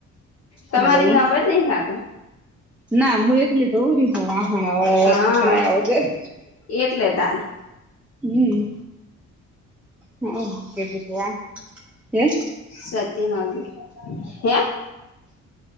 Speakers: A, on the left (about 60°); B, in the centre.
A: તમારે
B: હાલો
A: અહીંયા અવાજ નહી થતો.
B: ના હું એકલી દોરી હ વાહણ
A: હા
B: પકડાયા વગર
A: એટલે તાન
B: હમ હમ કેધયા હમ્મ
A: સતી્યમા હે